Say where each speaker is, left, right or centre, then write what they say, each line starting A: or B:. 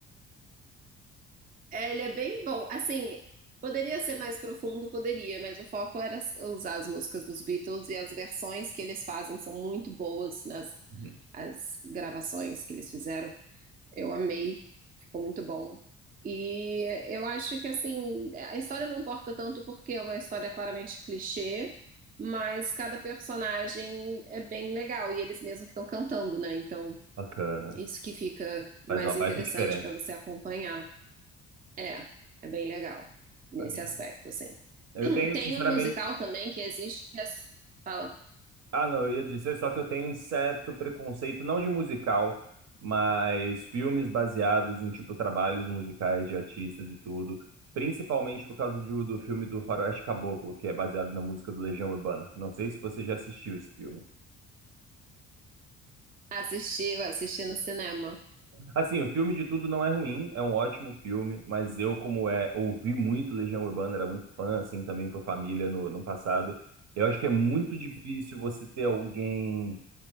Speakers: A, on the right; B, on the right.
A: É, ele é bem bom. Assim, poderia ser mais profundo, poderia, mas o foco era s- usar as músicas dos Beatles e as versões que eles fazem são muito boas nas
B: Uhum.
A: as gravações que eles fizeram. Eu amei, ficou muito bom. E eu acho que assim, a história não importa tanto porque é uma história claramente clichê, mas cada personagem é bem legal e eles mesmos que estão cantando, né? Então,
B: Bacana,
A: isso que fica
B: faz
A: mais
B: uma baita
A: interessante
B: diferença.
A: para você acompanhar. É, é bem legal nesse
B: Maneiro.
A: aspecto, assim.
B: Eu
A: <clears throat>
B: tenho,
A: Tem
B: sinceramente,
A: um musical também que existe que as- fala,
B: Ah, não, eu ia dizer só que eu tenho um certo preconceito, não de musical, mas filmes baseados em, tipo, trabalhos musicais de artistas e tudo. Principalmente por causa do, do filme do Faroeste Caboclo, que é baseado na música do Legião Urbana. Não sei se você já assistiu esse filme.
A: assistiu, assisti no cinema.
B: Assim, o filme de tudo não é ruim, é um ótimo filme, mas eu, como é, ouvi muito Legião Urbana, era muito fã, assim, também por família no, no passado. Eu acho que é muito difícil você ter alguém.